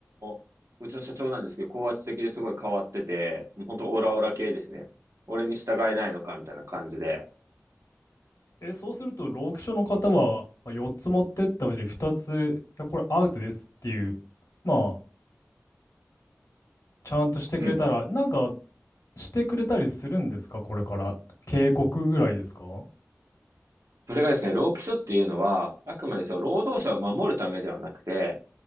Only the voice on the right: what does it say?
ーうちの社長なんですけど、高圧的ですごい変わってて、もう本当オラオラ系ですね。俺に従えないのかみたいな感じで。
うん。
それがですね、労基署っていうのは、あくまでその労働者を守るためではなくて、